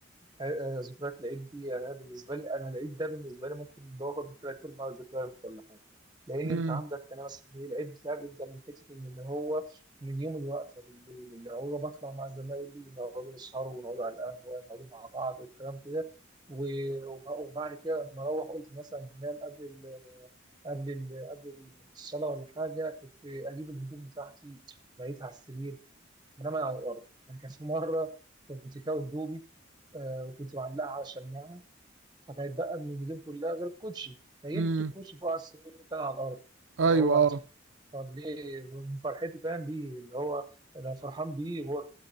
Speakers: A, on the right; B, on the right.
A: آه، آه، ذكريات العيد دي يعني انا بالنسبه لي انا العيد ده بالنسبه لي ممكن باخد ثلاث ارباع الذكريات ولا حاجه لان
B: امم
A: انت عندك انا مثلا إيه، العيد بتاعي بيبدا من حته ان اللي هو من يوم الوقفه بالليل اللي هو بطلع مع زمايلي نقعدوا نسهروا ونقعدوا على القهوه نقعدوا مع بعض والكلام كده و- وب- وبعد كده لما اروح قلت مثلا هنام قبل ال قبل ال قبل الصلاه ولا حاجه كنت اجيب الهدوم بتاعتي بقيت على السرير بنام على الارض يعني كان في مره كنت كاوي هدومي آه وكنت معلقه على شماعه فكانت بقى من الهدوم كلها غير الكوتشي نيمت
B: امم
A: الكوتشي فوق على السرير وقمت انا على الارض
B: ايوه
A: اللي هو
B: اه
A: طب ليه من فرحتي فاهم بيه اللي هو انا فرحان بيه هو